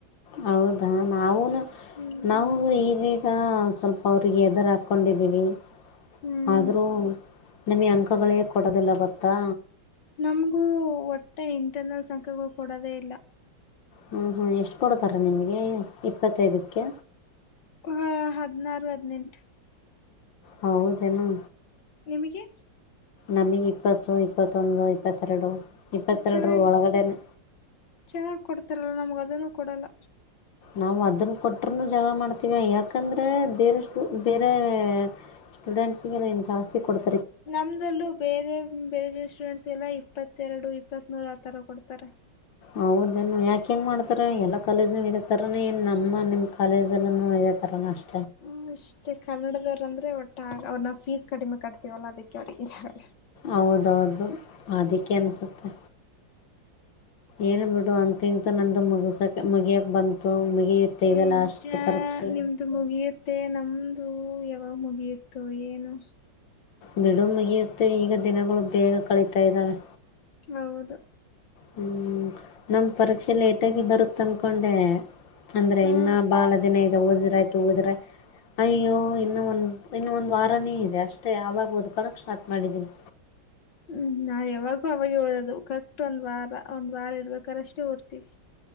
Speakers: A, on the left; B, on the left.
A: ಹೌದಾ ನಾವುೂನು
B: ಹ್ಮ್
A: ನಾ ಈಗೀಗ ಸ್ವಲ್ಪ. ಅವ್ರಿಗೆ ಎದುರು ಹಾಕ್ಕೊಂಡಿದ್ದೀವಿ
B: ಹ್ಮ್
A: ಆದರೂ. ನಿಮಗೆ ಅಂಕಗಳೇ ಕೊಡೋದಿಲ್ಲ ಗೊತ್ತಾ.
B: ನಮಗೂ ಒಟ್ಟೆ ಇಂಟರ್ನಲ್ ಸಂಖ್ಯೆಗಳು ಕೊಡೋದೇ ಇಲ್ಲ.
A: ಹ್ಮ್ ಹ್ಮ್ ಎಷ್ಟು ಕೊಡ್ತಾರ ನಿಮ್ಗೆ ಇಪ್ಪತ್ತೈದಕ್ಕೆ.
B: ಹ ಹದಿನಾರು ಹದಿನೆಂಟು.
A: ಹೌದೇನು.
B: ನಿಮಗೆ.
A: ನಮಗೆ ಇಪ್ಪತ್ತು ಇಪ್ಪತ್ತೊಂದು ಇಪ್ಪತ್ತೆರಡು. ಇಪ್ಪತ್ತೆರಡರ
B: ಚೆನ್ನಾಗಿ
A: ಒಳಗಡೆನೇ
B: ಚೆನ್ನಾಗ್ ಕೊಡ್ತಾರಲ್ಲ ನಮ್ಗ ಅದನ್ನು ಕೊಡಲ್ಲ.
A: ನಾವು ಅದನ್ನ ಕೊಟರುನು ಜವ ಮಾಡ್ತೀವ ಯಾಕಂದ್ರೆ ಬೇರೆಷ್ಟು ಬೇರೆ. ಸ್ಟೂಡೆಂಟ್ಸ್ಗೆ ನೀ ಜಾಸ್ತಿ ಕೊಡ್ತ.
B: ನಮ್ದಲ್ಲೂ ಬೇರೆ ಬೇರೆ ಜ ಸ್ಟೂಡೆಂಟ್ಸ್ಗೆಲ್ಲ ಇಪ್ಪತ್ತು. ಇೆರಡು ಇಪ್ಪತ್ತ್ರು ಆಥರ ಕೊಡ್ತಾರೆ.
A: ಹೌದನ್ ಯಾಕ ಹೆಂಗ್ ಮಾಡ್ತಾರ ಎಲ್ಲಾ ಕಾಲೇಜ್ನ ಇರುತ್ತ. ತರ ನೀ ನಮ್ಮ ನಿಮ್ ಕಾಲೇಜಲ್ಲ ಇದೆ ತರ ಅಷ್ಟ.
B: ಹ ಅಷ್ಟೇ ಕನ್ನಡದ. ಅಂದೆ ಒಟ್ಟ ಅವ್ರನ್ನ ಫೀಸ್ ಕಡಿಮೆ ಕಟ್ತೀವಲ್ಲ ಅದಕ್ಕೆ ಅವರಿಗೆ ಇದಲ್ಲ.
A: ಹೌದೌದು ಅದಕ್ಕೆ ಅನ್ಸುತ್ತೆ. ಏನ್ ಬಿಡು ಅಂತ ಇಂತ ನಂದು ಮುಗಸಕ ಮುಗಿಯಕ್ ಬಂತು. ಮುಗಿಯುತ್ತೆ
B: ನಿಜ
A: ಇದೆ ಲಾಸ್ಟ್ ಪರೀಕ್ಷೆ
B: ನಿಮ್ದು ಮುಗಿಯುತ್ತೆ ನಮ್ದು ಯ. ಆ ಮುಗಿಯತ್ತು ಏನು.
A: ಬಿಡು ಮಗಿಯುತ್ತೆ ಈಗ ದಿನಗಳು ಬೇಗ ಕಳಿತಾ ಇದ್ದಾವೆ.
B: ಹೌದು.
A: ಹ್ಮ್ ನಮ ಪರೀಕ್ಷೆ ಲೇಟಗಿ ಬರುತ್ತ ಅನ್ಕೊಂಡೆ. ಅಂದ್ರೆ
B: ಹಾ
A: ಇನ್ನ ಬಾಳ ದಿನ ಇದೆ ಓದ್ರ ಆಯ್ತು ಓದ್ರೆ ಅಯ್ಯೋ ಇನ್ನ ಒಂದ. ಇನ್ನೊ ಒಂದು ವಾರನೇ ಇದೆ ಅಷ್ಟೇ ಆಗಬೋದು ಕಣಕ್ ಸ್ಟಾರ್ಟ್ ಮಾಡಿದ್ದೀನಿ.
B: ಹ್ಮ್ ನಾ ಯಾವಾಗೂ ಅವಾಗ ಓದದು. ಅಷ್ಟ ಒಂದ್ ವಾರ ಒಂದ್ ವಾರ ಇರ್ಬೇಕ್ರ ಅಷ್ಟೇ ಓ್ತವಿ.